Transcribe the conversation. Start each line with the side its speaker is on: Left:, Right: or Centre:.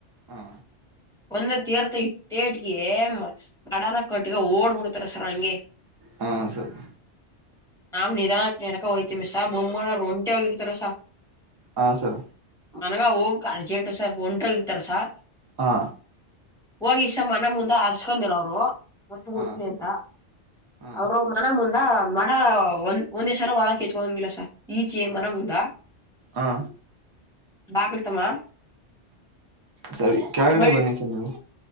Right: ಹಾ
Centre: ಒಂದುತೆರತ ತೇಟ್ಗೆ ಮಡನ ಕಟ್ಗ ಓಡ್ಬಿಡ್ತಾರ ಸರ್ ಹಂಗೆ
Right: ಹಾ ಸರ್
Centre: ನಾ ನಿಧಾನಕ್ಕೆ ನೆಡಕ ಹೋಯ್ತೀವಿ ಮೊಮ್ಮಳ ರ ಒಂಟಿ ಹೋಗಿರ್ತಾರಸ
Right: ಹಾ ಸರ
Centre: ಮನ್ಗ ಹೋಗಕ್ ಅರ್ಜೆಂಟ ಸರ್ ಒಂಟ ಇರ್ತಾರ ಸಾರ್
Right: ಹಾ
Centre: ಹೋಗಿ ಈಸ ಮನ ಮುಂದೆ ಹರ್ಸ್ಕೊಂಡಿರ ಅವ್ರು ಪಸ್ಟ್ ಬಿಡ್ತೀನಿ
Right: ಹಾ
Centre: ಅಂತ
Right: ಹಾ
Centre: ಅವರು ಮನ ಮುಂದ ಮ ಮಾಡ ಒಂದ್ ಒಂದೇ ಸಲ ಬಾಳಕ ಇಟ್ಟಗೊಳಂಗಿಲ ಸರ ಈಕೇ
Right: ಹಾ
Centre: ಮನ ಉಂದಾ
Right: ಹಾ
Centre: ಬಾಕ್ಲತಮ್ಮ
Right: ಸರಿ ಕೆಳಗಡೆ
Centre: ಮಳ್
Right: ಬನ್ನಿ ಸರ್ ನೀವು